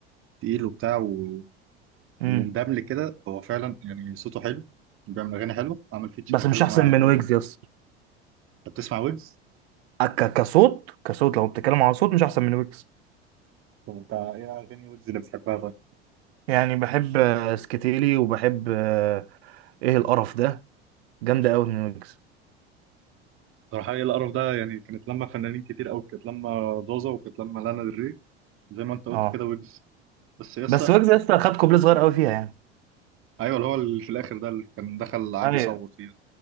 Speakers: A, on the right; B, on the right.
A: تقيل وبتاع و...
B: مم.
A: ومدمل كده هو فعلا يعني صوته حلو بيعمل اغاني حلوه عامل فيتشرز
B: بس مش
A: حلوه
B: احسن
A: مع
B: من ويجز يس
A: انت بتسمع ويجز
B: ك- كصوت كصوت لو بتتكلم على صوت مش احسن من ويجز
A: طب انت ايه اغاني ويجز اللي بتحبها طيب؟
B: يعني بحب آه، سكتيلي وبحب آه، ايه القرف ده جامده قوي من ويجز
A: صراحة ايه القرف ده يعني كانت لما فنانين كتير قوي كانت لما دوزة وكانت لما لانا دري زي ما انت قلت
B: اه
A: كده ويجز بس يسا
B: بس ويجز لسه خد كوبليه صغير قوي فيها يعني
A: ايوه اللي هو اللي في الاخر ده اللي كان دخل عادي
B: ايوه
A: يصوت فيه